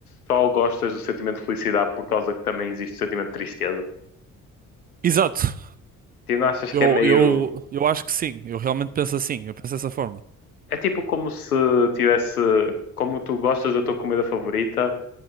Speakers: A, on the left; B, on the right.
A: só gostas do sentimento de felicidade por causa que também existe o sentimento de tristeza?
B: Exato.
A: Tipo, não achas
B: Eu,
A: que é meio.
B: eu, eu acho que sim. Eu realmente penso assim. Eu penso dessa forma.
A: É tipo como se tivesse. Como tu gostas da tua comida favorita,